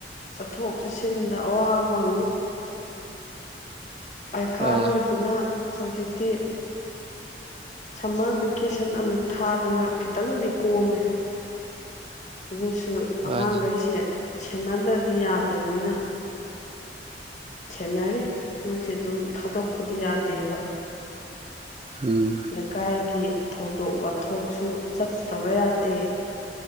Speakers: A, on the left; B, on the right.
A: ꯆꯠꯊꯣꯛ ꯆꯠꯁꯤꯟꯗ ꯑꯋꯥꯕ ꯑꯝꯃꯤ ꯄꯩꯈꯥ
B: ꯃꯥꯅꯤ
A: ꯂꯣꯏꯗꯅ ꯍꯧꯖꯤꯛꯇꯤ ꯁꯝꯃꯔ ꯚꯦꯀꯦꯁꯟ ꯑꯃꯨꯛ ꯊꯥꯗꯅ ꯈꯤꯇꯪꯗꯤ ꯀꯣꯝꯃꯦ ꯑꯗꯨꯁꯨ ꯑꯉꯥꯡꯒꯩꯁꯦ
B: ꯋꯥꯅꯤꯅꯤ
A: ꯁꯦꯟꯅꯗ꯭ꯔꯗꯤ ꯌꯥꯗꯃꯃꯤꯅ ꯁꯦꯟꯅꯔꯤ ꯃꯣꯏꯁꯦ ꯑꯗꯨꯝ ꯊꯥꯗꯣꯛꯄꯗꯤ ꯌꯥꯗꯦꯕ
B: ꯎꯝ
A: ꯂꯩꯀꯥꯏꯒꯤ ꯊꯧ ꯗꯣꯛ ꯋꯥꯊꯣꯛꯁꯨ ꯆꯠꯇꯕ ꯌꯥꯗꯦ